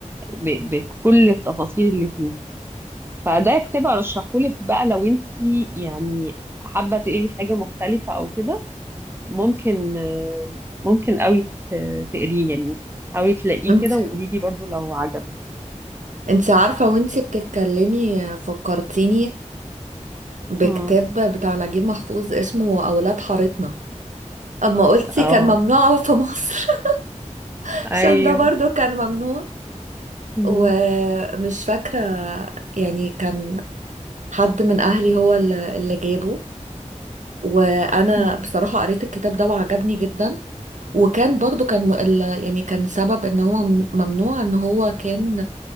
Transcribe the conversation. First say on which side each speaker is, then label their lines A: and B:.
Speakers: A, on the right (about 15°); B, on the right (about 70°).
A: ب- بكل التفاصيل اللي فيه فده كتاب ارشحهولك بقى لو انت يعني حابه تقري حاجه مختلفه او كده ممكن آه، ممكن قوي ت- تقريه يعني حاولي تلاقيه
B: انت
A: كده وقولي لي برضو لو عجبك
B: انت عارفة وانت بتتكلمي فكرتيني بكتاب
A: مم.
B: بتاع نجيب محفوظ اسمه أولاد حارتنا اما قلتي
A: اه
B: كان ممنوع في مصر <laughs> عشان
A: ايوه
B: ده برضو كان ممنوع
A: مم.
B: ومش فاكرة يعني كان حد من أهلي هو اللي اللي جابه وأنا
A: مم.
B: بصراحة قريت الكتاب ده وعجبني جدا وكان برضو كان م- ال- يعني كان سبب ان هو ممنوع ان هو كان